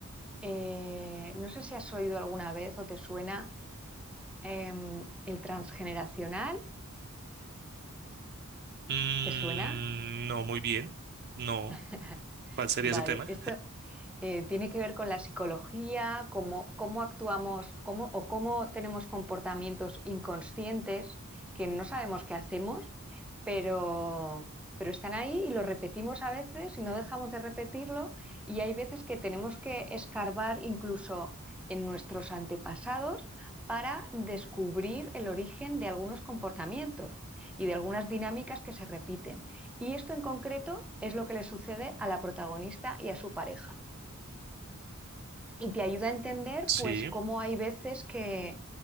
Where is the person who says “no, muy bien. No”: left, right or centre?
Right